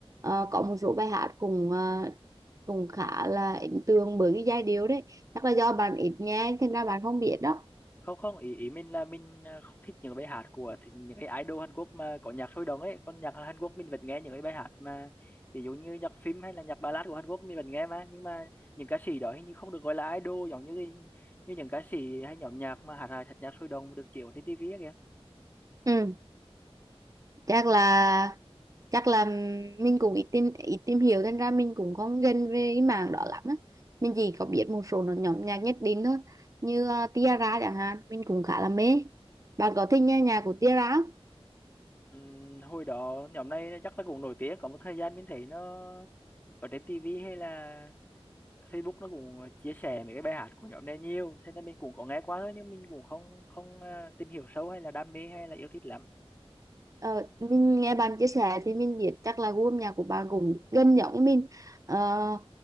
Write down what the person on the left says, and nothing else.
không không ý ý mình là mình à, không thích những bài hát của thì- những cái idol Hàn Quốc mà có nhạc sôi động ấy còn nhạc Hàn Quốc mình vẫn nghe những cái bài hát mà ví dụ như nhạc phim hay là nhạc ballad của Hàn Quốc mình vẫn nghe mà nhưng mà những ca sĩ đó hình như không được gọi là idol giống như cái- như những ca sĩ hay nhóm nhạc mà hát hài thật nhạc sôi động được chiếu trên TV ấy kìa
Ừm, hồi đó nhóm này chắc là cũng nổi tiếng có một thời gian mình thấy nó ở trên TV hay là Facebook nó cũng ờ, chia sẻ mấy cái bài hát của nhóm này nhiều thế nên mình cũng có nghe qua thôi nhưng mình cũng không không ờ, tìm hiểu sâu hay là đam mê hay là yêu thích lắm